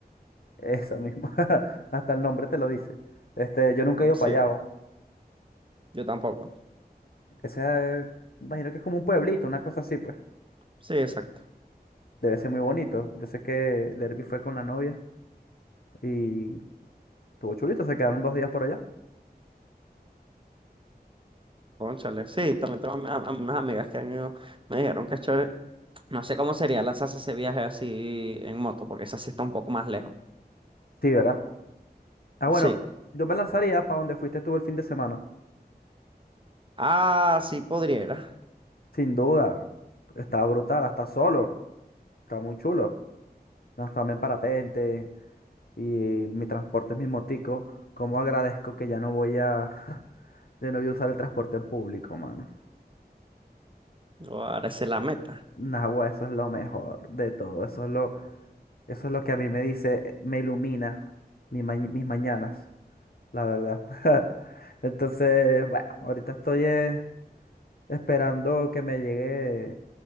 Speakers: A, on the left; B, on the right.
A: Eso mismo, <laughs> hasta el nombre te lo dice. Este, yo nunca
B: mm,
A: he ido
B: sí,
A: para allá. o.
B: yo tampoco.
A: Ese, eh, imagino que es como un pueblito, una cosa así, pues.
B: Sí, exacto.
A: Debe ser muy bonito. Yo sé que Derby fue con la novia y tuvo chulito, se quedaron dos días por allá.
B: Cónchale, sí, también tengo am- am- unas amigas que han ido, me dijeron que es chévere. No sé cómo sería lanzarse ese viaje así en moto, porque esa sí está un poco más lejos.
A: Sí, ¿verdad? Ah, bueno,
B: Sí.
A: yo me lanzaría para donde fuiste tú el fin de semana.
B: Ah, sí podría.
A: Sin duda. Está brutal, hasta solo. Está muy chulo. Lanzarme en parapente y mi transporte es mi motico. Cómo agradezco que ya no voy a... <laughs> de no voy a usar el transporte público, mano.
B: Ahora esa es la meta.
A: Nahua, eso es lo mejor de todo. Eso es lo, eso es lo que a mí me dice, eh, me ilumina mi ma- mis mañanas, la verdad. <laughs> Entonces, bueno, ahorita estoy eh, esperando que me llegue.